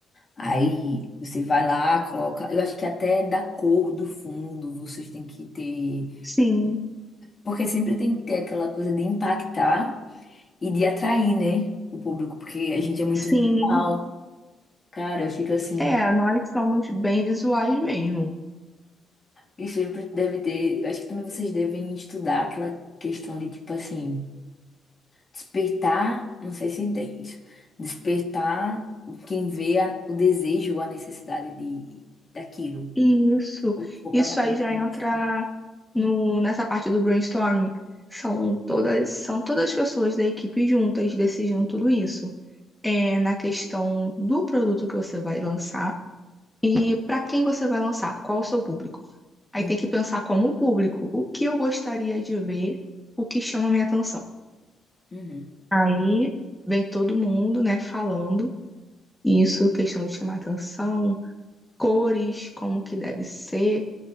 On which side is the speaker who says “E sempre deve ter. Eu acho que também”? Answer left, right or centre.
Left